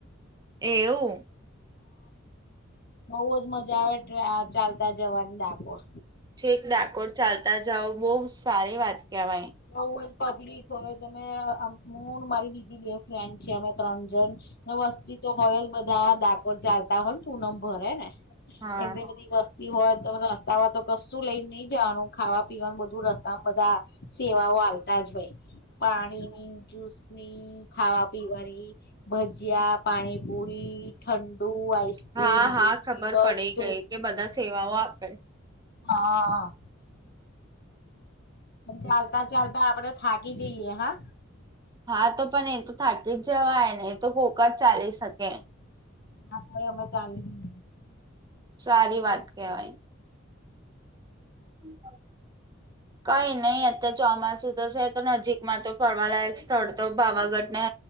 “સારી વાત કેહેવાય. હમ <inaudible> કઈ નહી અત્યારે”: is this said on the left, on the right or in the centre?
Right